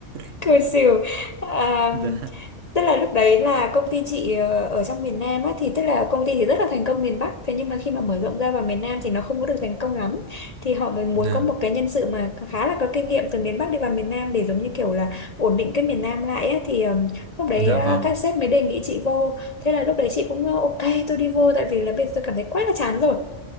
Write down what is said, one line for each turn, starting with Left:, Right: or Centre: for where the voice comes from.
Right: <laughs>
Left: cười xỉu à,
Right: Dạ,
Left: tức là lúc đấy là công ty chị ờ, ở trong miền Nam á thì tức là công ty thì rất là thành công miền Bắc thế nhưng mà khi mà mở rộng ra vào miền Nam thì nó không có được thành công lắm thì họ mới muốn
Right: dạ,
Left: có một cái nhân sự mà khá là có kinh nghiệm từ miền Bắc đi vào miền Nam để giống như kiểu là ổn định cái miền Nam lại á thì ờm, lúc đấy
Right: dạ
Left: ờ,
Right: vâng,
Left: các sếp mới đề nghị chị vô thế là lúc đấy chị cũng ờ, ok tôi đi vô tại vì là bây giờ tôi cảm thấy quá là chán rồi